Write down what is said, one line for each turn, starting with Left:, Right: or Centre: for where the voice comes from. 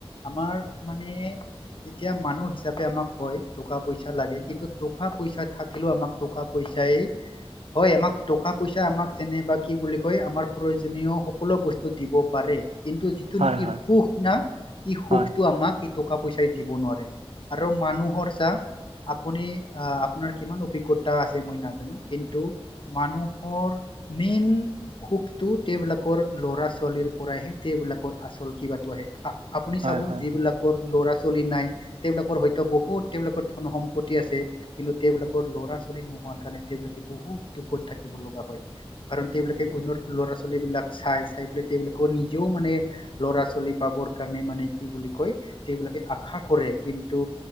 Left: আমাৰ মানে তেতিয়া মানুহ হিচাপে আমাক কয়, টকা, পইচা লাগে কিন্তু টকা, পইচা থাকিলেও আমাক টকা পই চাই হয়, আমাক টকা, পইচা আমাক যেনেবা কি বুলি কয়, আমাৰ প্ৰয়োজনীয় সকলো বস্তু দিব পাৰে। কিন্তু যিটো
Right: হয়
Left: নেকি
Right: হয়
Left: সুখ না, সি সুখটো
Right: হয়
Left: আমাক সেই টকা পইচাই দিব নোৱাৰে আৰু মানুহৰ চা আপুনি আপোনাৰ কিমান অভিজ্ঞতা আছ মই নাজানো কিন্তু মানুহৰ মেইন সুখটো তেবিলাকৰ ল'ৰা-ছোৱালীৰ পৰাহে তেবিলাকৰ আচল কিবাতো আহে। আ আপুনি
Right: হয়
Left: চাব
Right: হয়
Left: যিবিলাকৰ ল'ৰা চলি নাই তেওঁলোকৰ হয়তো বহুত তেওঁলোকৰ ধন সম্পত্তি আছে কিন্তু তেওঁলোকৰ ল'ৰা-ছোৱালী নো কাৰণ তেওঁলোকে বহুত দুখত থাকিব লগা হয়। কাৰণ তেওঁলোকে অন্যৰ ল'ৰা-ছোৱালীবিলাক চাই চাই পেলাই তেওঁলোকৰ নিজেও মানে ল'ৰা-ছোৱালী পাবৰ কাৰণে মানে কি বুলি কয় তেওঁলোকে আ শা কৰে। কিন্তু